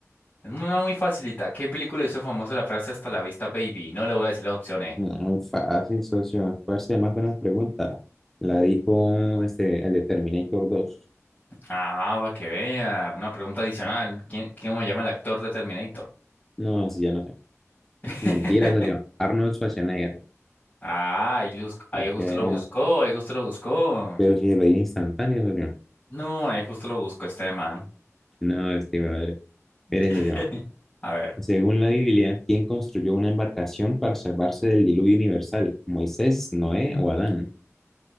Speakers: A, on the left; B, in the centre.
A: Es Una muy facilita. ¿Qué película hizo famosa la frase hasta la vista, baby? No le voy a decir las opciones.
B: No, fácil, socio. Fuerza más buenas preguntas. La dijo este, el de Terminator 2.
A: Ah, para que vea. Una pregunta adicional. ¿Quién, cómo se llama el actor de Terminator?
B: No, así ya no sé.
A: <laughs>
B: Mentira, socio. Arnold Schwarzenegger.
A: Ah, ahí, lus-
B: ¿Para
A: ahí justo
B: qué?
A: lo buscó, ahí justo lo buscó.
B: Pero si lo dije instantáneo, socio.
A: No, ahí justo lo busco este man.
B: No, este, brother.
A: <laughs>
B: Eres, socio.
A: A ver,
B: Según la Biblia, ¿quién construyó una embarcación para salvarse del diluvio universal? ¿Moisés, Noé o Adán?